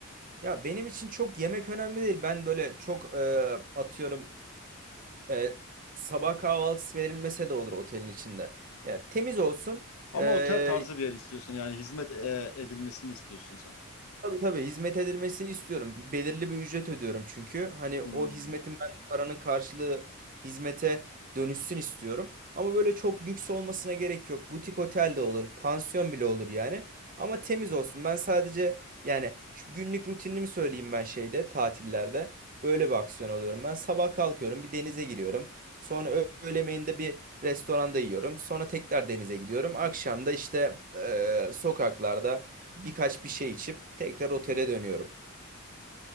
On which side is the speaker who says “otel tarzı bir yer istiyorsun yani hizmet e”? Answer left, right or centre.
Left